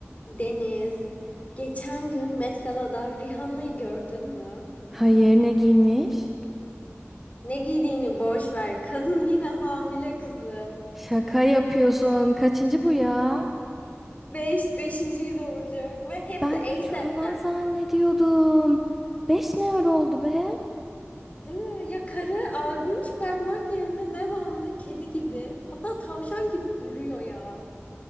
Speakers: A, on the left; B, in the centre.
A: Deniz, geçen gün Met Gala'da Rihanna'yı gördün mü?
B: Hayır ne giymiş?
A: Ne giydiğini boş ver. Kadın yine hamile kızım.
B: Şaka yapıyorsun. Kaçıncı bu ya?
A: Beş, beşinciyi doğuracak ve hepsi
B: Ben
A: A$AP'ten.
B: 3 falan zannediyordum. 5 ne ara oldu be?
A: Değil mi? Ya karı albüm çıkartmak yerine devamlı kedi gibi hatta tavşan gibi ürüyor ya.